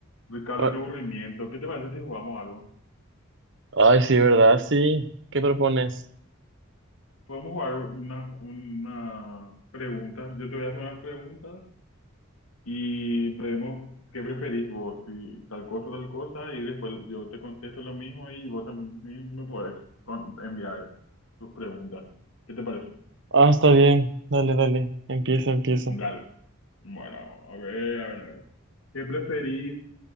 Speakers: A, on the left (about 85°); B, on the right (about 60°).
A: Ricardo,
B: Ah,
A: qué aburrimiento. ¿Qué te parece si jugamos algo?
B: Ay, sí, ¿verdad? Sí. ¿Qué propones?
A: Podemos jugar una, una pregunta. Yo te voy a hacer unas preguntas y vemos qué preferís vos, si tal cosa, tal cosa, y después yo te contesto lo mismo y vos también me podés con- enviar tus preguntas. ¿Qué te parece?
B: Ah, está bien. Dale, dale. Empieza, empieza.
A: Dale. Bueno, a ver, a ver, a ver. ¿Qué preferís?